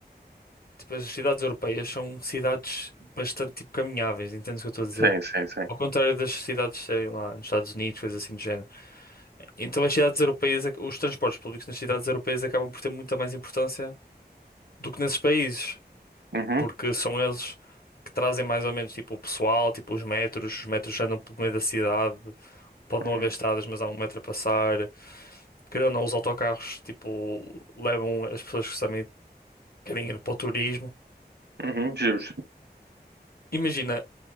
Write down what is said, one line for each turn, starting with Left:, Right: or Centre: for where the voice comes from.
Left: Tipo, as cidades europeias são cidades bastante tipo caminháveis, entendes o que eu estou a dizer?
Right: Sim, sim, sim.
Left: Ao contrário das cidades, sei lá, nos Estados Unidos, coisas assim do género. Então as cidades europeias, os transportes públicos nas cidades europeias acabam por ter muita mais importância do que nesses países,
Right: Uhum,
Left: porque são eles que trazem mais ou menos tipo o pessoal, tipo os metros, os metros andam pelo meio da cidade, pode não
Right: uhum,
Left: haver estradas, mas há um metro a passar. Querendo ou não, os autocarros tipo levam as pessoas que também querem ir para o turismo.
Right: uhum, justo.
Left: Imagina,